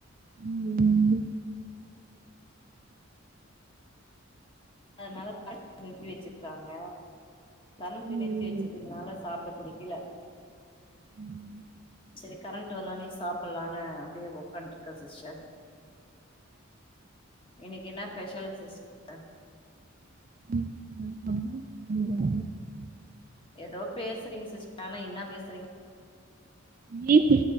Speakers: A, on the right; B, on the left.
A: உ உ உ
B: அதனால <inaudible> நிறுத்தி வச்ருக்காங்க கரண்டு
A: ம்
B: நிறத்தி வச்சுருக்குறதுனால சாப்ட புடிக்கல
A: உம்
B: சேரி கரண்டு வந்தோனேயே சாப்லான்னு அப்டியே உக்காந்து இருக்கே சிஸ்டர் இன்னிக்கி என்ன பெஷல் சிஸ்டர்
A: <inaudible>
B: ஏதோ பேசுறீங் சிஸ்ட ஆனா என்ன பேசுறீங்
A: <unintelligible>